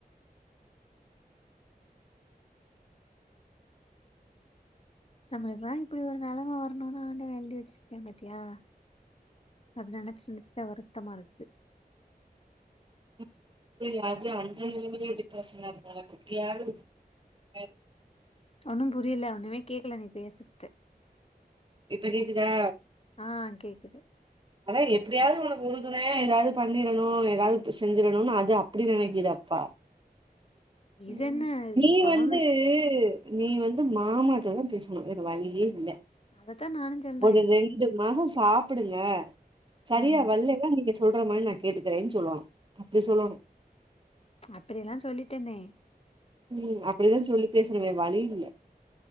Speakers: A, on the left; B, on the right.
A: நம்மளுக்குல்லா இப்படி ஒரு நெலம வர்ணுனு ஆண்டவ எழ்தி வச்சிர்க்யா பாத்தியா அது நெனச் நெனச்சுதா வருத்தமா இருக்குது
B: <unintelligible> அந்த நெலமையிலே டிப்ரஷனா இருக்காளா குத்தியாலு அ
A: ஒன்னு புரில ஒண்ணுமே கேக்கல நீ பேசுர்த்து
B: இப்ப கேக்குதா
A: ஆ கேக்குது
B: ஆனா எப்டியாவ்து உனக்கு உறுதுணையா ஏதாவ்து பண்ணிரணு ஏதாவ் இப்ப செஞ்சிரனு அது அப்டி நெனைக்கிது அப்பா
A: இது
B: ம்
A: என்ன இது
B: நீ
A: கொழந்த
B: வந்து நீ வந்து மாமாட்ட தா பேஸ்ணு வேற் வழியே இல்ல
A: அதத்தா நானு சொல்றே
B: ஒரு ரெண்டு மாசொஸ் சாப்பிடுங்க சரியா
A: ம்
B: வல்லவ நீங்க சொல்ற மாரி நா கேட்டுக்குறேன் சொல்வனு அப்டி சொல்லனு
A: அப்படியெல்லா சொல்லிட்டனே
B: ம் அப்படிதா சொல்லி பேஸ்னவே வழி இல்ல